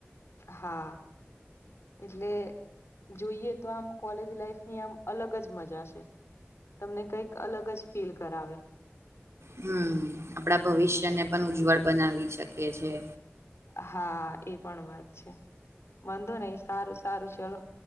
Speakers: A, on the left (about 75°); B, on the right (about 85°).
A: હા એટલે જોઈએ, તો આમ કોલેજ લાઈફ ની આમ અલગ જ મજા છે. તમને કઈક અલગ જ ફીલ કરાવે
B: હમ્મ, આપડા ભવિષ્યને પણ ઉજ્વળ બનાવી શકીએ છે.
A: હા એ પણ વાત છે, વાંધો નઈ સારું સારું ચલો